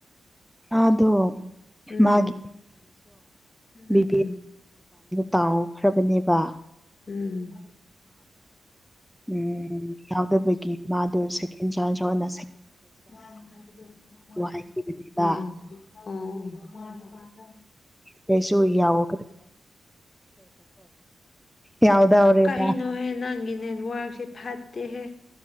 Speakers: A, in the centre; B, on the left.
A: ꯑ ꯑꯗꯨꯣ
B: ꯎꯝ
A: ꯃꯥꯒꯤ ꯕꯤ
B: ꯎꯝ
A: ꯇꯥꯎꯈ꯭ꯔꯕꯅꯦꯕ
B: ꯎꯝ
A: ꯎ ꯌꯥꯎꯗꯕꯒꯤ ꯃꯥꯗꯣ ꯁꯦꯀꯦꯟ ꯆꯖꯋꯥꯗꯦ
B: ꯑ
A: ꯍꯥꯏꯈꯤꯕꯅꯦꯕ
B: ꯑꯣ
A: ꯀꯩꯁꯨ ꯌꯥꯎꯣ ꯌꯥꯎꯗꯧꯔꯦꯕ
B: ꯀꯩꯅꯣ ꯍꯌꯦ ꯅꯪꯒꯤ ꯅꯦꯠꯋꯔꯛꯁꯦ ꯐꯠ ꯍꯦ